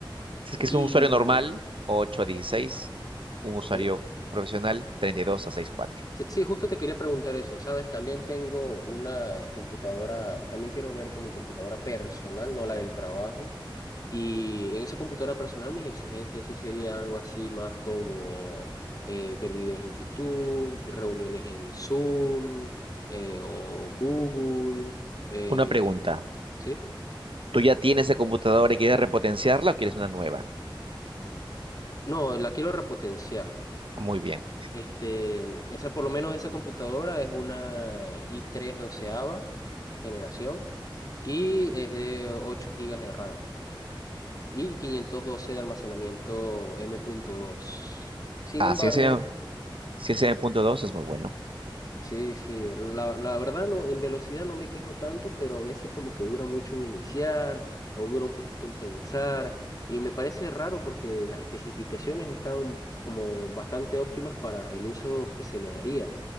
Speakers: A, on the right; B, on the left.
A: Si es que
B: Y,
A: es un usuario normal, ocho a dieciséis, Un usuario
B: ok.
A: profesional, 32 a seis cuatro.
B: Sí, sí, justo te quería preguntar eso, ¿sabes? También tengo una computadora, también quiero ver con mi computadora personal, no la del trabajo. Y en esa computadora personal mis exigencias sí serían algo así más como eh, ver videos en YouTube, reuniones en Zoom eh, o Google, eh,
A: Una pregunta.
B: ¿sí?
A: ¿Tú ya tienes esa computadora y quieres repotenciarla o quieres una nueva?
B: No, la quiero repotenciar.
A: Muy bien.
B: Este, esa, por lo menos esa computadora es una i tres doceava generación y es de 8 gigas de RAM y 512 de almacenamiento m punto dos Sin
A: Ah,
B: embargo,
A: si ese, si ese punto 2, es muy bueno.
B: sí, sí, la, la verdad no, en velocidad no me quejo tanto, pero a veces como que dura mucho en iniciar o dura un poquito en pensar y me parece raro porque las especificaciones están como bastante óptimas para el uso que se le daría.